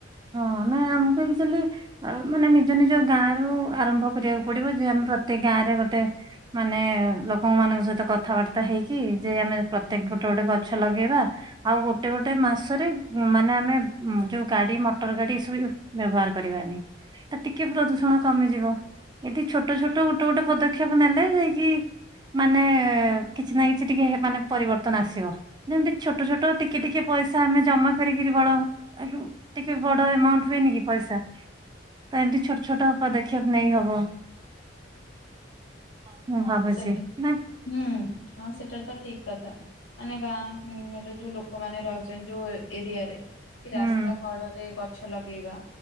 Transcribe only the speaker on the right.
ହଁ ନା ଆମକୁ ଆକ୍ଚୁଆଲି ମାନେ ନିଜ ନିଜ ଗାଁ ରୁ ଆରମ୍ଭ କରିବାକୁ ପଡିବ, ଯେ ଆମେ ପ୍ରତି ଗାଁ ରେ ଗୋଟେ ମାନେ ଲୋକ ମାନଙ୍କ ସହିତ କଥାବାର୍ତ୍ତା ହେଇକି, ଯେ ଆମେ ପ୍ରତ୍ୟେକ ଗୋଟେ ଗୋଟେ ଗଛ ଗଛ ଲଗେଇବା, ଆଉ ଗୋଟେ ଗୋଟେ ମାସରେ ମାନେ ଆମେ ଯଉ ଗାଡି ମ ମଟର ଗାଡି ଏ ସବୁ ବ୍ୟବହାର କରିବାନେହିଁ, ତ ଟିକିଏ ପ୍ରଦୂଷଣ କମିଯିବ। ଏଠି ଛୋଟ ଛୋଟ ଗୋଟେ ଗୋଟେ ପଦକ୍ଷେପ ନେଲେ, ଯାଇକି ମାନେ କିଛି ନା କିଛି ଟିକେ ମାନେ ପରିବର୍ତ୍ତ ତନ ଆସିବ, ଯେମତି ଛୋଟ ଛୋଟ ଟିକେ ଟିକେ ପଇସା ଆମେ ଜମା କରିକିରି ବଳ ଆସୁ। କେ ବଡ ଏମାଉଣ୍ଟୁ ହୁଏନି କି ପଇସା, ତ ଏମିତି ଛୋଟ ଛୋଟ ପଦକ୍ଷେପ୍ ନେଇ ହବ। ହଁ, ମୁ ଭାବୁଛି,
ନା
ହୁଁ